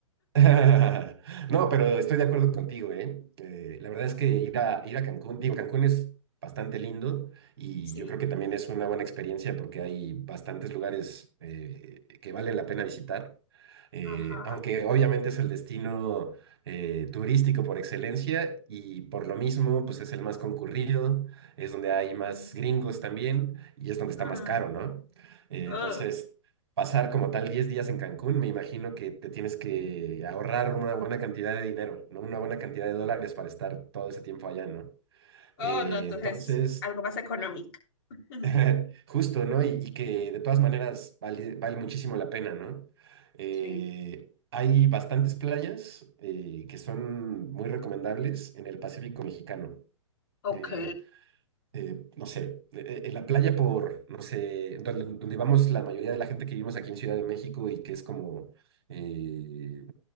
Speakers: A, on the right (about 50°); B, on the left (about 45°).
A: <laughs> No, pero estoy de acuerdo contigo, ¿eh? Eh, la verdad es que ir a, ir a Cancún, digo, Cancún es bastante lindo y
B: Sí.
A: yo creo que también es una buena experiencia porque hay bastantes lugares eh, que valen la pena visitar, Eh,
B: Ajá.
A: aunque obviamente es el destino eh, turístico por excelencia y por lo mismo, pues es el más concurrido, es donde
B: Mm,
A: hay más gringos también y es donde está
B: mm.
A: más caro, ¿no? Eh,
B: Ugh.
A: entonces, pasar como tal 10 días en Cancún, me imagino que te tienes que ahorrar una buena cantidad de dinero, ¿no? Una buena cantidad de dólares para estar todo ese tiempo allá, ¿no?
B: Oh,
A: Eh,
B: no, entonces
A: entonces,
B: algo más económico. <laughs>
A: <laughs> justo, ¿no? Y, y que de todas maneras vale, vale muchísimo la pena, ¿no? Eh,
B: Sí.
A: hay bastantes playas eh, que son muy recomendables en el Pacífico mexicano.
B: Ok.
A: Eh, eh, no sé, eh, en la playa por, no sé, donde, donde vamos la mayoría de la gente que vivimos aquí en Ciudad de México y que es como, eh,